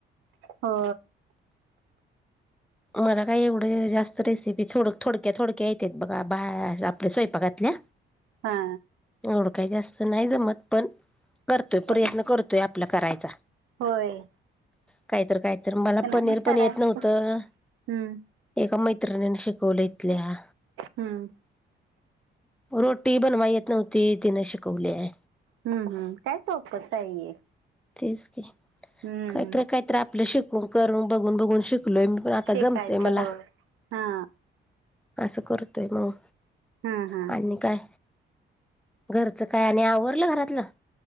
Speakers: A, on the right; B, in the centre.
A: हो
B: मला काय एवढे जास्त रेसिपी थोड थोडक्या थोडक्या येत बघा बा आपल्या स्वयंपाकातल्या
A: हा
B: एवढ काही जास्त नाही जमत पण करतोय
A: पण
B: प्रयत्न करतोय आपला करायचा
A: होय
B: काहीत काहीत मला
A: नाही
B: पनीर
A: करायचं
B: पण येत नव्हतं
A: हम्म
B: का मैत्रिणीन शिकवलं इतल्या
A: हम्म
B: रोटी बनवा येत नव्हती तिने शिकवलीय
A: हम्म हम्म काय सोपतता आहे
B: तेच की,
A: हम्म
B: काहीतरी काहीतरी आपलं शिकून करून बघून बघून शिक लोय पण आता
A: शिकायचं
B: जमतेय मला.
A: होय हा
B: असं करतोय मग.
A: हा हा
B: आणि काय? घरचं काय? आणि आवरलं घरातलं.